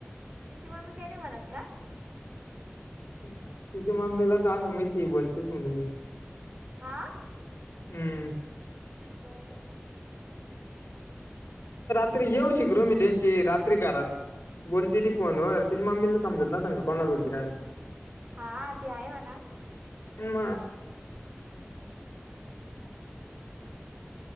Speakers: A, on the right; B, on the left.
A: तिची मम्मी काय नाही म्हणत का?
B: तुझ्या मम्मीला जां माहिती आहे बोलतेस म्हणून मी
A: हा
B: हम्म.
A: बरं
B: एवढी गृहमी त्यांची रात्री घरात बोलती ती फोन वर तिची मम्मीला समजत ना सांग कोणाला बोलते काय
A: हा ते आहे म्हणा
B: म
A: हम्म